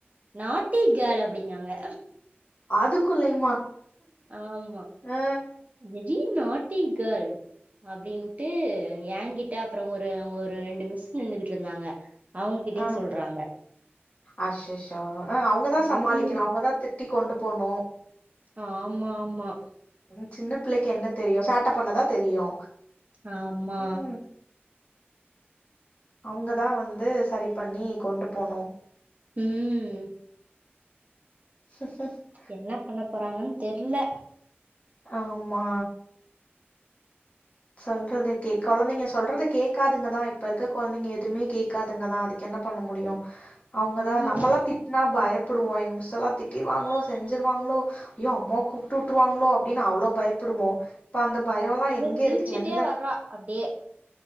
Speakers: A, on the right (about 40°); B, on the left (about 35°).
A: நாட்டி கேள் அப்டிங்காங்க
B: அதுக்குள்ளயுமா
A: ஆமா
B: ஆ
A: விஜி நாட்டி கேல் அப்டின்ட்டு ஏங்கிட்ட அப்ரோ ஒரு ஒரு ரெண்டு மிஸ் நின்னுட்டு இருந்தாங்க அவங்ககிட்டயு
B: ஆ
A: சொல்றாங்க
B: அஸ்ஸஸ்ஸோ அவ்ங்கதா
A: ம்
B: சமாளிக்கணு அவ்ங்கதா தட்டி கொண்டு போனு
A: ஆமா ஆமா
B: ம் சின்ன பிள்ளைக்கு என்ன தெரியு சேட்ட பண்ணதா தெரியு
A: ஆமா
B: ம் அவுங்க தா வந்து சரி பண்ணி கொண்டு போனு
A: ம்
B: <inaudible>
A: என்ன பண்ண போறாங்கன்னு தெர்ல
B: ஆமா சொல்றது கேக் கொழந்தைங்க சொல்றது கேக்காதுங்கதா இப்ப இருக்க கொழந்தைங்க எதுமே கேக்காதுங்கதா அது என்ன பண்ண முடியு அவுங்கதா
A: ம்
B: நம்மல்லா திட்னா பயப் ப்டுவோ எங்க மிஸ்சு எல்லா திட்டிடுவாங்களோ செஞ்ருவாங்களோ ஐயோ அம்மா கூப்ட்டுவுட்ருவாங்களோ அப்டின்னு அவ்ளோ பயப்புடுவோ இப்ப அந்த பயோல
A: இவ
B: எங்க
A: சிரிச்சுட்டே
B: இருக்கு எந்தக்
A: வர்றா அப்டியே